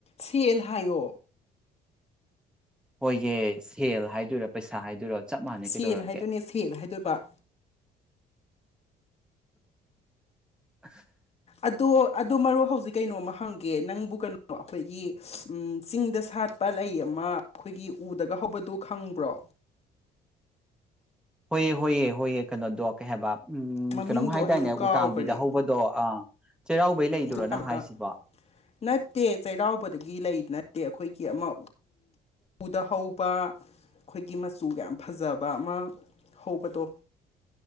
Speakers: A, on the left; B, in the centre.
A: ꯁꯦꯜ ꯍꯥꯏꯌꯣ
B: ꯍꯣꯏꯍꯦ ꯁꯦꯜ ꯍꯥꯏꯗꯣꯏꯔꯥ ꯄꯩꯁꯥ ꯍꯥꯏꯗꯣꯏꯔꯣ ꯆꯞ ꯃꯥꯟꯅꯩ
A: ꯁꯦꯜ
B: ꯀꯩꯗꯧꯔꯒꯦ
A: ꯍꯥꯏꯗꯣꯏꯅꯦ ꯁꯦꯜ ꯍꯥꯏꯗꯣꯏꯕ
B: <unintelligible>
A: ꯑꯗꯣ ꯑꯗꯣ ꯃꯔꯨ ꯍꯧꯖꯤꯛ ꯀꯩꯅꯣꯃ ꯍꯪꯒꯦ ꯅꯪꯕꯨ ꯀꯩꯅꯣ ꯑꯩꯈꯣꯏꯒꯤ ꯆꯤꯡꯗ ꯁꯥꯠ ꯄꯠꯂꯩ ꯑꯃ ꯑꯩꯈꯣꯏꯒꯤ ꯎꯗꯒ ꯍꯧꯕꯗꯨ ꯈꯪꯕ꯭ꯔꯣ
B: ꯍꯣꯏꯑ ꯍꯣꯏꯑꯦ ꯍꯣꯏꯌꯦ ꯀꯩꯅꯣꯗꯣ ꯀꯩ ꯍꯥꯏꯕ ꯎꯝ
A: ꯃꯃꯤꯡꯗꯣ
B: ꯀꯩꯅꯣꯝ ꯍꯥꯏꯇꯥꯏꯅꯦ
A: ꯑꯩꯗꯣ ꯀꯥꯎꯈꯔꯦ
B: ꯎꯇꯥꯡꯕꯤꯗ ꯍꯧꯕꯗꯣ ꯑ ꯆꯩꯔꯥꯎꯕꯩ ꯂꯩꯗꯨꯣꯏꯔꯣ
A: ꯑꯁꯨꯛ ꯌꯥꯝꯕ
B: ꯅꯪ ꯍꯥꯏꯁꯤꯕꯨ
A: <inaudible> ꯅꯠꯇꯦ ꯆꯩꯔꯥꯎꯕꯗꯒꯤ ꯂꯩ ꯅꯠꯇꯦ ꯑꯩꯈꯣꯏꯒꯤ ꯑꯃ ꯎꯗ ꯍꯧꯕ ꯑꯩꯈꯣꯏꯒꯤ ꯃꯆꯨꯒ ꯌꯥꯝ ꯐꯖꯕ ꯑꯃ ꯍꯧꯕꯗꯣ